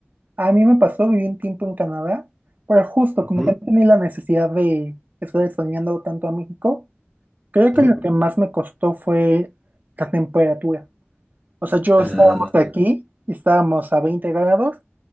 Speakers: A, on the right; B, in the centre.
A: A mí me pasó, viví un tiempo en Canadá, pero justo
B: Ujú,
A: como que no tenía la necesidad de estar extrañando tanto a México. Creo que
B: ujú.
A: lo que más me costó fue la temperatura. O sea, yo
B: Ah,
A: estábamos aquí, y estábamos a 20 grados,